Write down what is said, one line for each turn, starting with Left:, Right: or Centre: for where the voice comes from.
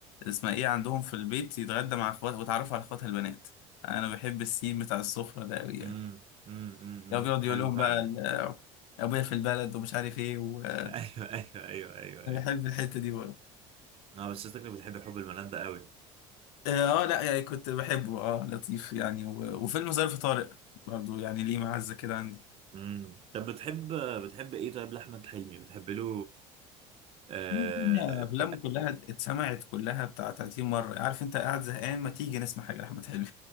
Left: اسمها ايه عندهم في البيت يتغدى مع اخواته وتعرف على اخواتها البنات انا بحب السين بتاع السفره ده قوي يعني
Right: امم امم امم
Left: لو بيقعد يقول
Right: حلو
Left: لهم
Right: فعلا
Left: بقى ال- ابويا في البلد ومش عارف ايه وانا
Right: <laughs> ايوه ايوه ايوه ايوه ايوه
Left: بحب الحته دي برضه
Right: اه بس شكلك بتحب حب الملان ده قوي
Left: اه آه، لا يعني كنت بحبه اه لطيف يعني و... وفيلم ظرف طارق برضه يعني ليه معزه كده عندي
Right: امم طب بتحب بتحب ايه طيب لاحمد حلمي بتحب له آه...
Left: الدنيا افلامه كلها اتسمعت كلها بتاع 30 مره عارف انت قاعد زهقان ما تيجي نسمع حاجه لاحمد حلمي